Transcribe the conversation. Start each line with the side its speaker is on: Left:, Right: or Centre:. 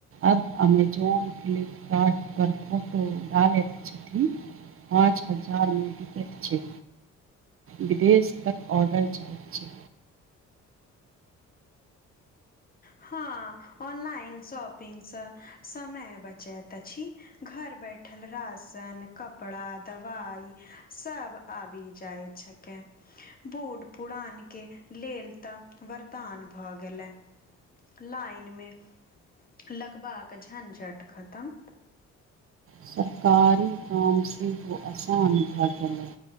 Right: आब अमे जोन फ्लिपकार्ट पर फोटो डालैत छथिन। पाँच हजारमे बिकैत छै। विदेश तक ऑर्डर जाइत छै।
Left: हँ, ऑनलाइन शॉपिंगसँ समय बचैत अछि। घर बैठल राशन कपड़ा दवाई सब आबि जाइ्छकेै। बूढ़ पुरानके लेल त वरदान भ गेले। लाइन मे लगबाक झंझट खतम।
Right: सरकारी काम सेहो आसान भ गेलै।